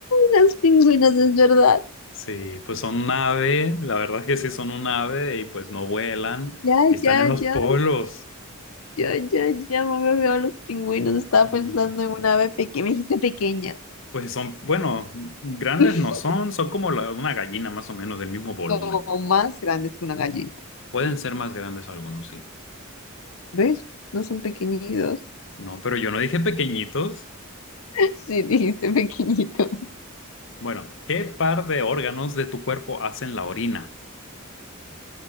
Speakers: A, on the left (about 80°); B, on the left (about 65°).
A: Las pingüinas,
B: Mm.
A: es verdad.
B: sí, pues son un ave, la verdad es que sí son un ave y pues no vuelan
A: Ya,
B: y están
A: ya,
B: en los
A: ya,
B: polos.
A: ya, ya, ya me había olvidado los pingüinos. Estaba
B: Ujú.
A: pensando en una ave pequeña, me dijiste pequeña,
B: Pues son, bueno, grandes
A: <laughs>
B: no son, son como la- una gallina más o menos del mismo volumen.
A: o más grandes que una gallina.
B: Pueden ser más grandes algunos, sí.
A: ¿Ves? No son pequeñitos.
B: No, pero yo no dije pequeñitos.
A: <laughs> Sí, dijiste pequeñitos.
B: Bueno, ¿qué par de órganos de tu cuerpo hacen la orina?